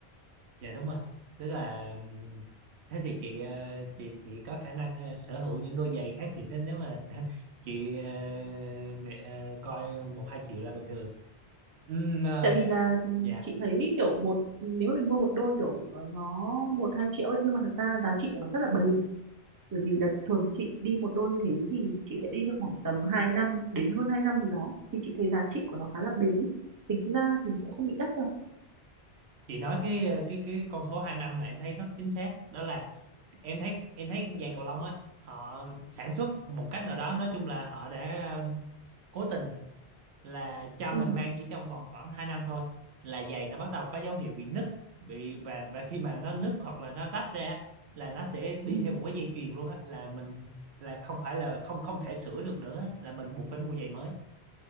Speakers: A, on the right; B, on the right.
A: dạ đúng rồi tức là ừm, thế thì chị ờ, chị chị có khả năng ờ, sở hữu những đôi giày khá xịn nên nếu mà <laughs> chị ờ, nghệ- ờ, coi một hai triệu là bình thường Ừm, ờ,
B: tại vì là ừ,
A: dạ
B: chị thấy kiểu một nếu mà mình mua một đôi kiểu ờ, nó một hai triệu ấy nhưng mà thật ra giá trị của nó rất là bền bởi vì là thường chị đi một đôi như thế thì chị sẽ đi trong khoảng tầm 2 năm đến hơn 2 năm gì đó thì chị thấy giá trị của nó khá là bền ý. tính ra thì cũng không bị đắt đâu
A: chị nói cái ờ, cái cái con số hai năm là em thấy rất chính xác đó là em thấy em thấy giày cầu lông á họ sản xuất một cách nào đó nói chung là họ đã ờ, cố tình là cho
B: ừ,
A: mình mang chỉ trong vòng khoảng 2 năm thôi là giày nó bắt đầu có dấu hiệu bị nứt bị và và khi mà nó nứt hoặc là nó rách ra á, là nó sẽ đi
B: ừ,
A: theo một cái dây chuyền luôn á là mình là không phải là không không thể sửa được nữa á, là mình buộc phải mua giày mới